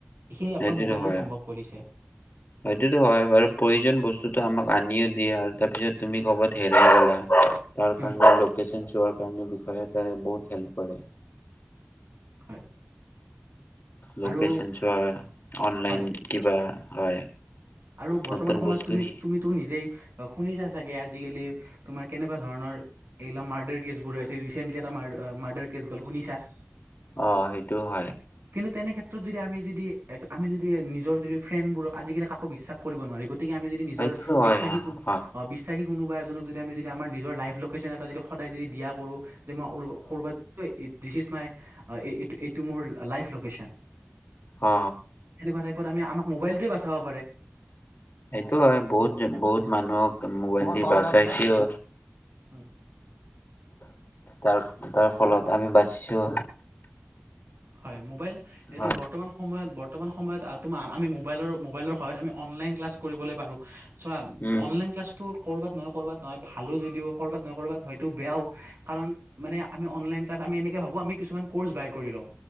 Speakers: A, on the right; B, on the left.
A: এইখিনি
B: সেইটোতো
A: অকল মোবাইলে
B: হয়
A: সম্ভৱ কৰিছে
B: সেইটোতো হয় বাৰু প্ৰয়োজন বস্তুতটো আমাক আনও দিয়ে আৰু তাৰপিছত তুমি ক'ৰবাত হেৰাই গ'া তাৰ
A: উম
B: কাৰণ লোকেশচন োৱাৰ কাৰণে বিষয় তাৰে বহুত হেল্প কৰে
A: হয়
B: লোকচন
A: আৰু
B: চোৱা অনলাইন
A: হয়
B: কিবা হয়
A: আৰু বৰ্তমান
B: নতুন
A: সময়ত
B: বস্তু
A: তুমি
B: শিক
A: তুমিতো নিজেই শুনিছা চাগে আজিকালি তোমাৰ কেনেকুৱা ধৰণৰ এইবিলা মাৰ্ডাৰ কেছবোৰছে ৰিচেন্টলি এটা মাৰাৰ মাৰ্ডাৰ কেছ গ'ল শুনিছা
B: অ' সেইটো হয়
A: কিন্তু তেনে ক্ষেত্ৰত যদি আমি যদি আমি যদি নিজৰ যদি ফ্ৰেণ্ডবোৰক কাকো বিশ্বাস কৰিব নোৱি গতিকে আমি যদি নিজৰ
B: সেইটোতো হয়
A: বিশ্বাস
B: অ অ
A: বিশ্বাসী কোনোবা এজনক যদি আমি যদি আমাৰ নিজৰ লাইভ লেশ্যন এটা যদি সদায় যদি দিয়া কৰো যে মইাত ই দিচ ইজ মাই এইটো মোৰ লাইভ লোকেশ্যন
B: অ
A: সেনেকুৱা টাইপত আমি আমাক মোবাইলটোোৱে বাচাব পাৰে
B: সেইটো হয় বহুত বহুত মানুহক মোবাইল দি বচাইছেও
A: উম
B: তাৰ তাৰ ফলত আমি বাচিছো
A: হয় মোবাইল এতিয়া
B: অ
A: বৰ্তমান সময়ত বৰ্তমান সময়ত তোমাৰ আমি মোবাইলৰ মোবাইলৰ সহত আমি অনলাইন ক্লাছ কৰিবলৈ পাৰোঁ চ'
B: উম
A: অনলন্লাছটো কৰ'বাত নহয় কৰ'ৰবাত নহয় ভালো যদিও কৰ'বাত নহয় কৰবাত হয়তো বেয়াও কাৰণ মানে আমিলন ক্লাছ আমি এনেকে ভাবো আমি কিছুমান ক'ৰ্ বাই লওঁ